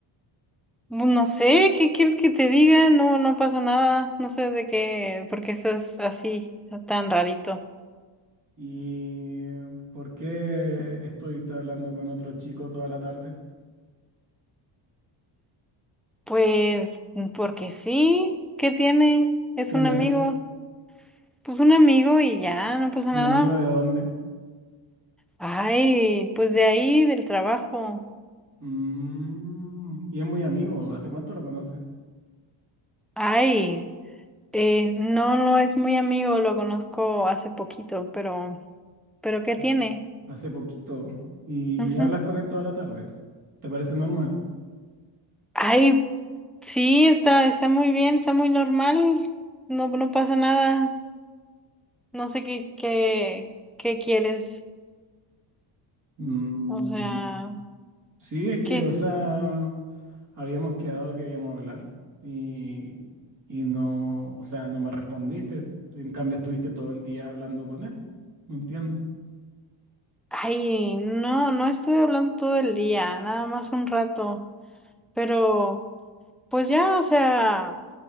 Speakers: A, in the centre; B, on the right.
A: Bu- No sé, ¿qué quieres que te diga? No, no pasó nada. No sé de qué, por qué estás así, tan rarito.
B: ¿Y por qué estuviste hablando con otro chico toda la tarde?
A: Pues mm, porque sí, ¿qué tiene? Es
B: ¿Quién
A: un
B: es?
A: amigo. Pues un amigo y ya, no pasó
B: ¿Un
A: nada.
B: amigo de dónde?
A: Ay, pues de ahí, del trabajo.
B: Mm, y es muy amigo, ¿hace cuánto lo conoces?
A: Ay. Eh, no, no es muy amigo, lo conozco hace poquito, pero, pero ¿qué
B: Mm,
A: tiene?
B: Hace poquito. ¿Y,
A: Ujú.
B: y hablas con él toda la tarde? ¿Te parece normal?
A: Ay, sí, está, está muy bien, está muy normal, no, no pasa nada, no sé qué, qué, qué quieres,
B: Mm,
A: o sea,
B: Sí, es que,
A: qué,
B: o sea, habíamos quedado que íbamos a hablar y, y no, o sea, no me respondiste. En cambio, estuviste todo el día hablando con él. No entiendo.
A: ay, no, no estuve hablando todo el día, nada más un rato, pero, pues ya, o sea,